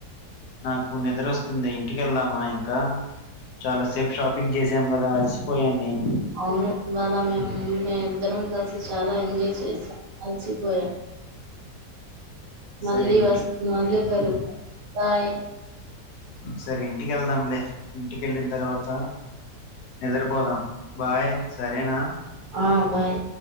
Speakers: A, on the left; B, on the right.
A: నాకు నిద్రొస్తుంది ఇంటికి వెళ్దామా ఇంకా చాలాసేపు షాపింగ్ చేసాం కదా అలసిపోయాను నేను
B: అవును ఇవాళ మేము మే ఇద్దరం కలిసి చాలా ఎంజాయ్ చేసాం అలసిపోయాం మళ్ళీ
A: సరే ఇంటికి
B: వస్తు మళ్లీ చ బాయ్
A: సరే ఇంటికి వెళ్దాంలే ఇంటికెళ్ళిన తర్వాత నిద్రపోదాం బాయ్ సరేనా
B: ఆ బాయ్